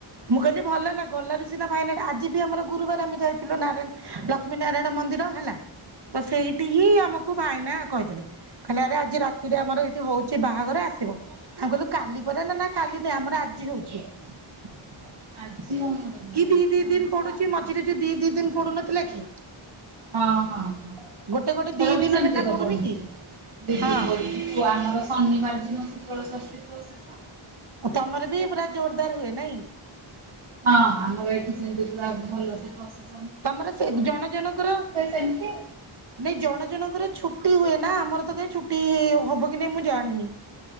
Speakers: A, on the right; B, on the right.
A: ମୁଁ କହିଲି ଭଲ ହେଲା ଗଲରେ ସିନା ଭାଇନା ଆଜି ବି ଆମର ଗୁରୁବାର ଆମେ ଯାଇଥିଲୁ ନାରାୟଣ ଲକ୍ଷ୍ମୀ ନାରାୟଣ ମନ୍ଦିର ହେଲା ତ ସେଇଠି ହିଁ ଆମକୁ ଭାଇନା କହିଦେଲେ କହିଦେଲେ ଆରେ ଆଜି ରାତିରେ ଆମର ଏଇଠି ହଉଛି ବାହାଘର ଆସିବ ଆମେ କହିଲୁ କାଲି ପରେ ନା ନା କାଲି ନାଇଁ ଆମର ଆଜି ହଉଛି। <inaudible>
B: ଆଜି ଆମର ନାହିଁ
A: କି ଦିଇ
B: ସେଟା
A: ଦିଇ
B: ଆମର
A: ଦିନ ପଡୁଛି
B: କାଲି।
A: ମଝିରେ ଯ ଦି ଦି ଦିନ ପଡୁନଥିଲା କି?
B: ହଁ ହଁ ହଁ
A: ଗୋଟେ ଗୋଟେ
B: ଏଥର
A: ଦି
B: ବି
A: ଦିନ
B: ସେମିତି
A: ଲେଖା
B: ତ
A: ପଡୁନି
B: ପଢିଛି
A: କି ହଁ
B: ଆମର ଶନିବାର ଦିନ ଶୀତଳ ଷଷ୍ଠୀ କସ ସ
A: ଓ ତ ଅମର ବି ପୁରା ଜୋରଦାର ହୁଏ ନାଇଁ?
B: ହଁ ଆମର ଏଠି ସେମତି ପୁରା ଭଲ ସେ ପ୍ରସି
A: ତମର ସେ ଜଣ ଜଣଙ୍କର
B: ସେମିତି
A: ନାଇଁ ଜଣ ଜଣଙ୍କର ଛୁଟି ହୁଏ ନା ଆମର ତ କାଇଁ ଛୁଟି ହବ କି ନାଇଁ ମୁଁ ଜାଣିନି।